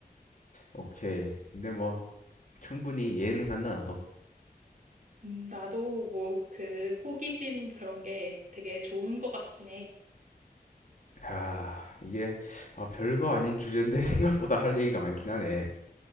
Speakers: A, on the left; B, on the right.
A: 오케이. 근데 뭐 충분히 이해는 간다 나도.
B: 음, 나도 뭐 그 호기심 그런 게 되게 좋은 것 같긴 해.
A: 아, 이게 아, 별거 아닌 주제인데 <laughs> 생각보다 할 얘기가 많긴 하네.